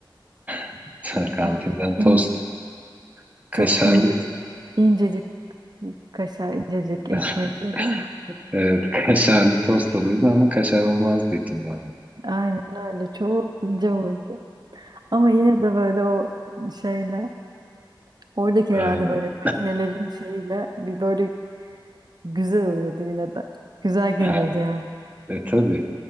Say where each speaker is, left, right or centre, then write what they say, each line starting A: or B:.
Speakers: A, on the right; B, on the right.
A: <laughs> kantinden
B: Aynen. İnce,
A: tost kaşarlı
B: çok ince bir, incecik kaşar, incecik
A: <laughs>
B: ekmekle değil mi?
A: evet kaşarlı tost oluyordu ama kaşar olmazdı içinde hani.
B: Aynen öyle. Çok ince olurdu. Ama yine de böyle o şeyle, oradaki
A: Ee,
B: herhalde böyle makinelerin şeyiyle bir böyle güzel oluyordu yine de. Güzel geliyordu
A: ha,
B: yani.
A: e tabii